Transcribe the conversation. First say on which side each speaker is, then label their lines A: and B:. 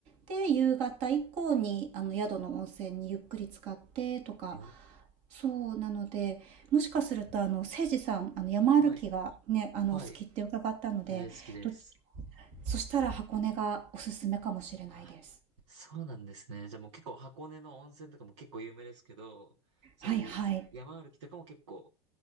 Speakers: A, on the right; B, on the right.
A: で、夕方以降に、あの、宿の温泉にゆっくり浸かってとか、
B: え
A: そうなので、もしかすると、あの、せいじさん、あの、山歩きがね、
B: はい、
A: あの、
B: はい。
A: お好きって伺ったので、
B: 大好きです。
A: どそしたら箱根がおすすめかもしれないです。
B: あ、そうなんですね。じゃあもう結構箱根の温泉とかも結構有名ですけど、その
A: はいはい。
B: 山歩きとかも結構